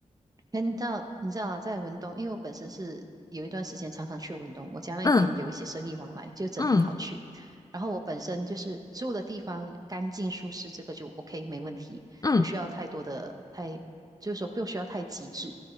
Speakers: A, on the right; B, on the left.
A: 哎，你知道，你知道啊，在文东，因为我本身是有一段时间常常去文东，我家那边有一些生意往来，
B: 嗯
A: 就整天跑去。
B: 嗯
A: 然后我本身就是住的地方干净舒适，这个就 OK，没问题，
B: 嗯，
A: 不需要太多的太，就是说不需要太极致。